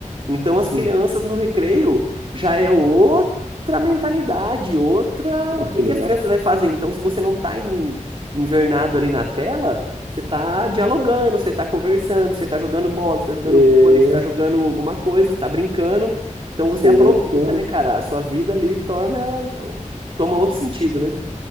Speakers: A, on the right (about 45°); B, on the right (about 80°).
A: Então
B: <laughs> Sim,
A: as crianças no recreio já é outra mentalidade, outra,
B: ó
A: o que
B: que
A: que
B: legal.
A: as crianças vai fazer? Então se você não tá em- invernado ali na tela, você tá dialogando, você tá conversando, você tá jogando bola, você tá jogando
B: É,
A: vôlei, você tá jogando alguma coisa, você tá brincando. Então
B: isso
A: você aproveita,
B: aí voltou, né?
A: né, cara? A sua vida ali torna toma outro sentido, né?